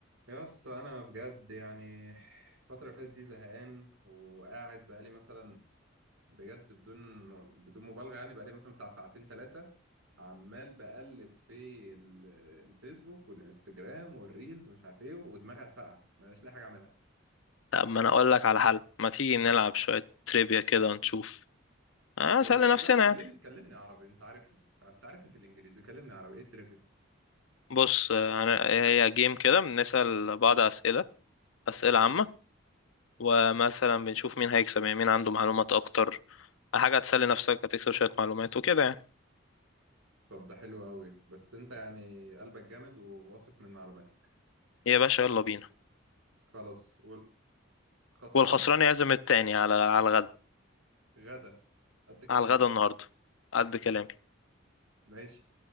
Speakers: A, on the right (about 90°); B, on the left (about 75°).
A: يا اسطى انا بجد يعني الفتره اللي فاتت دي زهقان وقاعد بقالي مثلا بجد بدون بدون مبالغه يعني بقالي مثلا بتاع ساعتين ثلاثه عمال بقلب في ال- الفيسبوك والانستجرام والريلز ومش عارف ايه ودماغي هتفرقع مش لاقي حاجه اعملها
B: طب ما انا اقول لك على حل ما تيجي نلعب شوية تريبيا كده ونشوف آه،
A: ترivia
B: اسأل نفسنا
A: لا كلمني
B: يعني
A: كلمني عربي انت عارفني انت عارفني في الانجليزي كلمني عربي ايه ترivia
B: بص آه، أنا- هي جيم كده بنسأل بعض اسئلة اسئلة عامة ومثلا بنشوف مين هيكسب يعني مين عنده معلومات اكتر حاجة هتسلي نفسك هتكسب شوية معلومات وكده يعني
A: طب ده حلو قوي بس انت يعني قلبك جامد وواثق من معلوماتك
B: يا باشا يلا بينا
A: خلاص والخسران
B: والخسران يعزم التاني على على
A: آه.
B: الغدا
A: غدا قد كلامك
B: على الغدا
A: يعني
B: النهاردة قد كلامي
A: ماشي